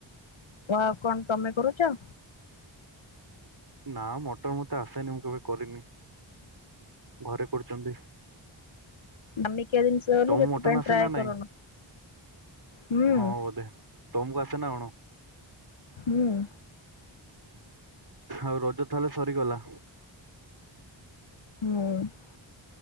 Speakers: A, on the left (about 75°); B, on the right (about 50°).
A: ଓ ଆଉ କଣ ତମେ କରୁଛ?
B: ନା ମଟନ ମତେ ଆସେନି ମୁଁ କେବେ କରିନି ଘରେ କରୁଛନ୍ତି।
A: ଦାମିକିଆ ଜିନିଷ ବୋଲି
B: ତମକୁ
A: ସେଥି
B: ମଟନ
A: ପାଇଁ
B: ଆସେ
A: ଟ୍ରାଏ
B: ନା
A: ଏ
B: ନାଇଁ
A: କରୁନ। ହୁଁ
B: ହଁ ବୋଧେ, ତମକୁ ଆସେନା କଣ?
A: ମୁଁ।
B: ଆଉ ରଜ ତାହେଲେ ସରିଗଲା।
A: ହୁଁ।